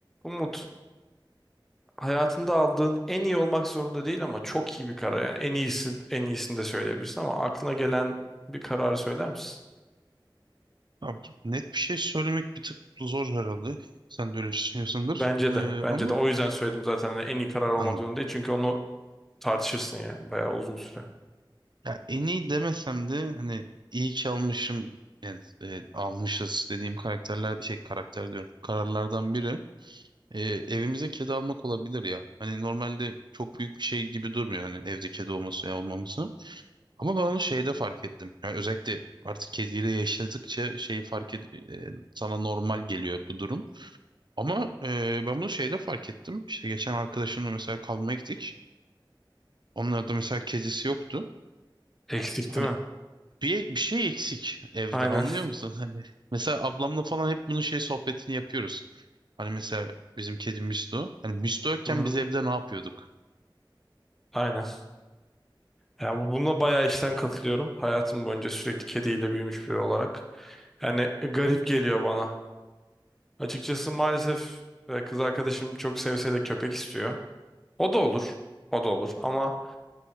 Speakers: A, in the centre; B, on the right.
A: Umut, hayatında aldığın en iyi olmak zorunda değil ama çok iyi bir karar yani en iyisi en iyisini de söyleyebilirsin ama aklına gelen bir kararı söyler misin?
B: Abi, net bir şey söylemek bir tık zor herhalde. Sen de öyle düşünüyorsundur.
A: Bence
B: Ee,
A: de.
B: ama
A: Bence de o yüzden söyledim zaten hani en iyi karar olmak
B: anladım.
A: zorunda değil çünkü onu tartışırsın yani bayağı uzun süre.
B: Ya en iyi demesem de hani iyi ki almışım yani e, almışız dediğim karakterler şey karakter diyorum kararlardan biri e, evimize kedi almak olabilir ya. Hani normalde çok büyük bir şey gibi durmuyor hani evde kedi olması ya olmaması. Ama ben onu şeyde fark ettim. Yani özellikle artık kediyle yaşadıkça şeyi fark ed e, sana normal geliyor bu durum. Ama e, ben bunu şeyde fark ettim. İşte geçen arkadaşımla mesela kalmaya gittik. Onlarda mesela kezesi yoktu.
A: Eksik
B: Hani
A: değil mi?
B: bir, bir şey eksik evde
A: Aynen.
B: anlıyor musun? <laughs> Hani mesela ablamla falan hep bunun şey sohbetini yapıyoruz. Hani mesela bizim kedi Misto. Hani Misto yokken
A: <laughs> Hı-hı.
B: biz evde ne yapıyorduk?
A: Aynen. Yani bu- bununla bayağı işten katılıyorum. Hayatım boyunca sürekli kediyle büyümüş biri olarak. Yani garip geliyor bana. Açıkçası maalesef e, kız arkadaşım çok sevse de köpek istiyor. O da olur. O da olur. Ama